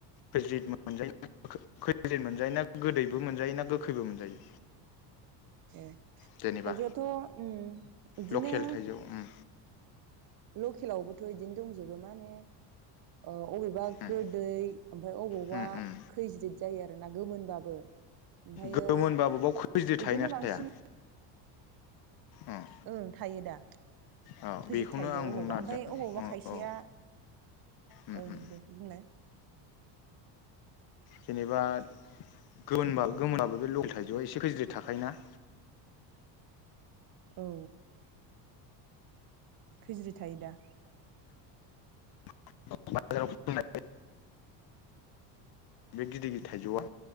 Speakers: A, on the left; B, on the right.
A: खैज्रिद मोनजायो ना <unintelligible> गोदैबो मोनजायो ना गोखैबो मोनजायो?
B: ए थाइजौआथ'
A: जेनेबा
B: उम इदिनो
A: लकेल थाइजौ उम
B: लकेलावबोथ' इदिनो दंजोबो मानहोनो ओ अबेबा
A: उम
B: गोदै ओमफ्राय अबावबा
A: उम उम
B: खैज्रिद जायो आरोना गोमोनबाबो। ओमफ्रायो
A: गोमोनबाबो बाव खैज्रिद
B: बिदिनो
A: थायोना
B: बांसिन
A: थाया? अ
B: ओं थायो दा
A: अ बेखौनो
B: गोदिर थायो
A: आं
B: अबावबा
A: बुंनो नागिरदों
B: ओमफाय अबावबा
A: अ
B: खायसेया
A: औ उम
B: ओं
A: उम
B: दे बुंलाय।
A: जेनेबा गोमोनबा गोमोनाबो बे लकेल थाइजौआ एसे खैज्रिद थाखायोना?
B: औ। खैज्रिद थायो दा।
A: <unintelligible> बे गिदिर गिदिर थाइजौआ।